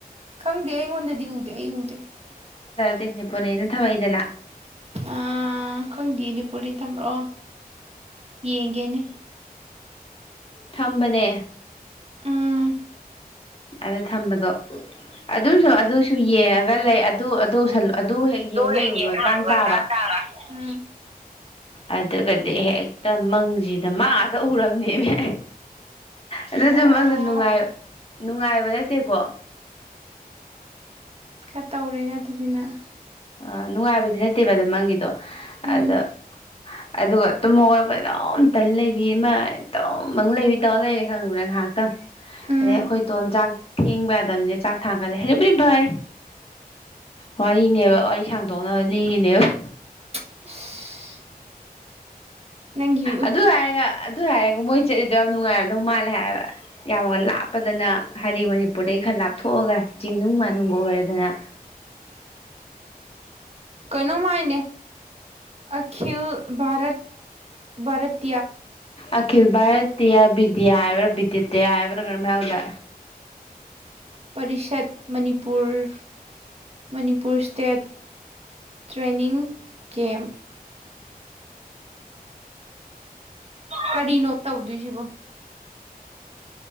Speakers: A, on the right; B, on the left.
A: ꯈꯪꯗꯦ ꯑꯩꯉꯣꯟꯗꯗꯤ ꯎꯗꯦ ꯑꯩ ꯎꯗꯦ꯫
B: ꯇꯦ ꯅꯦꯄꯣꯂꯤꯌꯟꯅ ꯊꯝꯃꯛꯏꯗꯅ꯫
A: ꯑꯥ ꯈꯪꯗꯦꯅꯦ ꯄꯣꯂꯤ ꯊꯝꯕ꯭ꯔꯣ ꯑꯣ ꯌꯦꯡꯒꯦꯅꯦ꯫
B: ꯊꯝꯕꯅꯦ꯫
A: ꯎꯝ
B: ꯑꯗ ꯊꯝꯕꯗꯣ꯫ ꯑꯗꯨꯝꯁꯨ ꯑꯗꯨꯁꯨ ꯌꯦꯡꯉꯒ ꯂꯩ ꯑꯗꯨ ꯎꯁꯜ ꯑꯗꯨ ꯍꯦꯛ ꯌꯦꯡ ꯂꯣꯏꯔꯨꯕ
A: ꯍꯦꯛ
B: ꯃꯇꯥꯡ
A: ꯂꯣꯏꯕꯒ
B: ꯇꯥꯕ꯫
A: ꯆꯥꯛ ꯆꯥꯕ ꯎꯝ꯫
B: ꯑꯗꯨꯒꯗꯤ ꯍꯦꯛꯇ ꯃꯪꯁꯤꯗ ꯃꯥ ꯉꯥꯛꯇ ꯎꯔꯝꯅꯦꯅꯦ꯫ ꯑꯗꯨꯁꯨ
A: ꯑꯣ
B: ꯃꯡꯗꯣ ꯅꯨꯡꯉꯥꯏ ꯅꯨꯡꯉꯥꯏ ꯕ ꯅꯠꯇꯦꯀꯣ꯫
A: ꯈꯔ ꯇꯧꯔꯦꯅ ꯑꯗꯨꯗꯤ ꯅꯡ꯫
B: ꯑ ꯅꯨꯡꯉꯥꯏꯕꯗꯤ ꯅꯠꯇꯦꯕ ꯑꯗꯝ ꯃꯪꯉꯤꯗꯣ
A: ꯎꯝ
B: ꯑꯗ ꯑꯗꯨꯒ ꯇꯨꯝꯍ ꯋꯥꯄꯗꯣꯝꯇꯟ ꯂꯩꯕꯤ ꯃꯥꯏ ꯇꯧꯝꯃꯪ ꯂꯩꯕꯤ ꯇꯧꯔ ꯂꯩꯔꯦ ꯈꯪꯕ꯭ꯔꯥ ꯉꯥꯏꯍꯥꯛꯇꯪ
A: ꯎꯝ
B: ꯑꯗꯩ ꯑꯩꯈꯣꯏ ꯇꯣꯟꯖꯥꯛ ꯊꯦꯡꯕ ꯌꯥꯗꯕꯅꯤꯅ ꯆꯥꯛ ꯊꯥꯒꯠꯂꯦ ꯍꯧꯖꯤꯛꯕꯨꯗꯤ ꯐꯔꯦ ꯋꯥꯔꯤꯅꯦꯕ ꯑꯩ ꯁꯥꯡꯗꯣꯛꯅꯕꯅꯤꯅꯦꯕ
A: <unintelligible> ꯅꯪꯒꯤ
B: ꯑꯗꯨ ꯍꯥꯏꯔꯒ ꯑꯗꯨ ꯍꯥꯏꯔꯒ ꯃꯣꯏ ꯆꯠꯂꯤꯗꯣ ꯌꯥꯝ ꯅꯨꯡꯉꯥꯏꯔꯕꯗꯧ ꯃꯥꯜꯂꯦ ꯍꯥꯏꯕ ꯌꯥꯝꯒ ꯂꯥꯞꯄꯗꯅ ꯍꯥꯏꯗꯤ ꯃꯅꯤꯄꯨꯔꯗꯒꯤ ꯈꯔ ꯂꯥꯞꯊꯣꯛꯑꯒ ꯆꯤꯡꯅꯨꯡ ꯃꯥꯒ ꯑꯣꯏꯔꯗꯅ
A: ꯀꯩꯅꯣꯝꯃꯥꯏꯅꯦ ꯑꯈꯤꯜ ꯚꯔꯠ ꯔꯠ
B: ꯑꯈꯜꯚꯔꯠꯇꯤꯌꯥ ꯗꯤ ꯌꯥꯕꯔ ꯕꯤꯗꯠꯇ ꯌꯥꯕꯔꯒꯅꯃꯒꯗ
A: Parishad Manipur Manipur state training camp ꯀꯔꯤꯅꯣ ꯇꯧꯗꯣꯏꯁꯤꯕꯣ